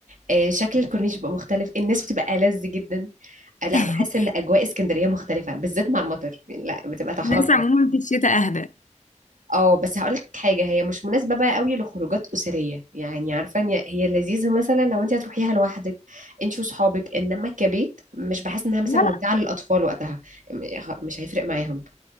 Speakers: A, on the right (about 85°); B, on the left (about 75°).
A: إيه شكل الكورنيش بيبقى مختلف الناس بتبقى ألذ جدا آه، لا
B: <laughs>
A: بحس ان اجواء اسكندريه مختلفه بالذات مع المطر لا بتبقى تحفه
B: الناس
A: بجد
B: عموما في الشتاء اهدى لا
A: اه بس هقولك حاجة هي مش مناسبة بقى قوي لخروجات أسرية يعني عارفة إن هي لذيذة مثلا لو انت هتروحيها لوحدك انت وصحابك انما كبيت مش بحس انها مثلا
B: لا
A: مم. ممتعة للأطفال وقتها م- مش هيفرق معاهم